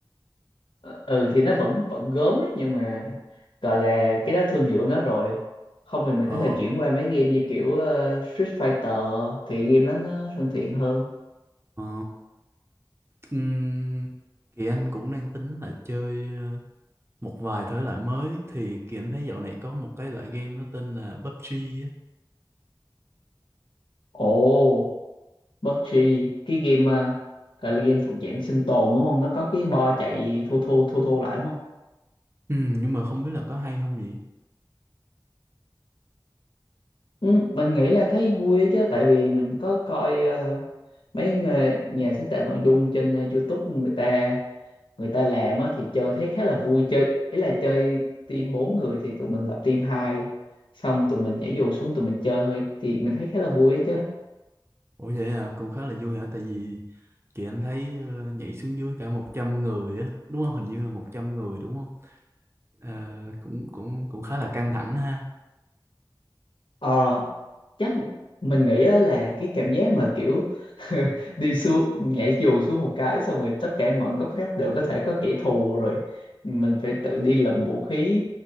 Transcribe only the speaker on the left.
Ờ, ừ thì nó vẫn vẫn gớm ấy, nhưng mà gọi là cái đó thương hiệu nó rồi không thì mình
có thể chuyển qua mấy game như kiểu ờ, Street Fighter thì game đó nó thân thiện hơn
ồ PUBG cái game ờ, gọi là game thuộc dạng sinh tồn đúng không nó có cái bo chạy thu thu thu thu lại đúng không
ừ, mình nghĩ là thấy vui ấy chứ tại vì mình có coi ờ, mấy người, nhà sáng tạo nội dung trên ờ, YouTube người ta người ta làm á thì chơi thấy khá là vui chơi ý là chơi team bốn người thì tụi mình lập team hai xong tụi mình nhảy dù xuống tụi mình chơi thôi thì mình thấy khá là vui ấy chứ
ờ chắc mình nghĩ á là cái cảm giác mà kiểu <laughs> đi xuống nhảy dù xuống một cái xong rồi tất cả mọi góc ngách đều có thể có kẻ thù rồi mình phải tự đi lượm vũ khí